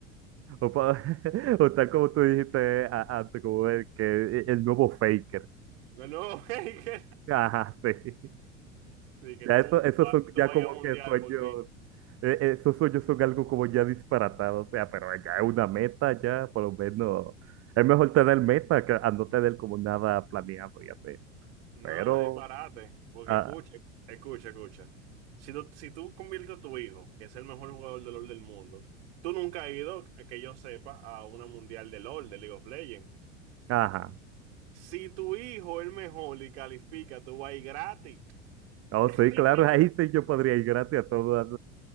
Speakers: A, on the right; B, on the right.
A: O, pa- <laughs> o tal como tú dijiste a- antes, como el, que, e, el nuevo faker.
B: No, no, <laughs> de
A: Ajá, sí.
B: que
A: Ya
B: tú,
A: eso, esos
B: tú vas
A: son
B: tú
A: ya
B: vas
A: como
B: a ir al mundial
A: que sueños,
B: por mí.
A: eh, esos sueños son algo como ya disparatados, o sea, pero ya es una meta, ya por lo menos es mejor tener meta que a no tener como nada planeado, ya sé.
B: No,
A: Pero,
B: no disparate, porque
A: ah,
B: escuche, escucha, escucha. Si tú, si tú conviertes a tu hijo, que es el mejor jugador de LoL del mundo, tú nunca has ido, eh, que yo sepa, a una mundial de LoL, de League of Legends.
A: ajá,
B: Si tu hijo es el mejor y califica, tú vas a ir gratis.
A: oh
B: <laughs>
A: sí, claro, <laughs> ahí sí yo podría ir gratis a todos